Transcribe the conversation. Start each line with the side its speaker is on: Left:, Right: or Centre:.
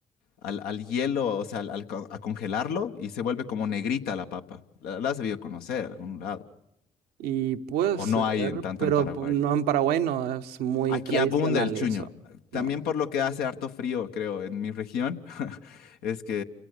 Left: al, al hielo, o sea, al, al co- a congelarlo y se vuelve como negrita la papa. La, la has debido conocer en algún lado,
Right: Y puede
Left: o
Right: ser,
Left: no hay en tanto
Right: pero
Left: en Paraguay.
Right: pu- no en Paraguay no es muy
Left: Aquí
Right: tradicional
Left: abunda el chuño.
Right: eso. No,
Left: También por lo que hace harto frío, creo, en mi región, <laughs> es que